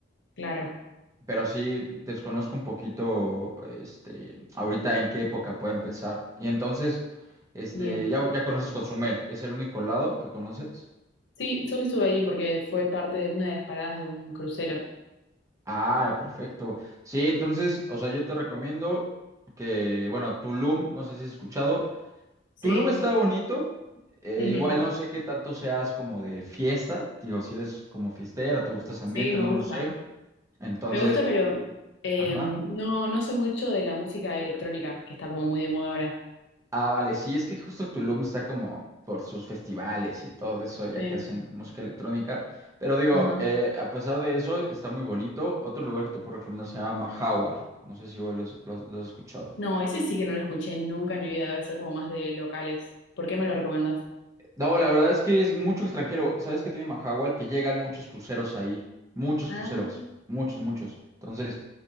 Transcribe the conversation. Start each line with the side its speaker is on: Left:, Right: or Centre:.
Left: claro.
Right: pero sí desconozco un poquito este, ahorita en qué época puede empezar. Y entonces, este,
Left: Bien.
Right: ya, ya conoces Cozumel, ¿es el único lado que conoces?
Left: Sí, solo estuve ahí porque fue parte de una de las paradas de un crucero.
Right: Ah, perfecto. Sí, entonces, o sea, yo te recomiendo que, bueno, Tulum, no sé si has escuchado.
Left: Sí.
Right: Tulum está bonito. eh,
Left: ujú.
Right: igual no sé qué tanto seas como de fiesta. Digo, si eres como fiestera, te gusta ese ambiente,
Left: Sí, me
Right: no
Left: gusta.
Right: lo sé. Entonces,
Left: Me gusta, pero eh,
Right: ajá.
Left: no, no soy mucho de la música electrónica, que está como muy de moda ahora.
Right: Ah, vale, sí, es que justo Tulum está como por sus festivales y todo eso, ya
Left: Sí.
Right: que hacen música electrónica. Pero digo,
Left: Ajá.
Right: eh, a pesar de eso, está muy bonito. Otro lugar que te puedo recomendar se llama Mahahual. No sé si igual los- los- lo has escuchado.
Left: No, ese sí que no lo escuché nunca en mi vida, debe ser como más de locales. ¿Por qué me lo recomiendas?
Right: No, la verdad es que es mucho extranjero. ¿Sabes qué tiene Mahahual? Que llegan muchos cruceros ahí. Muchos
Left: Ah,
Right: cruceros. Muchos, muchos. Entonces,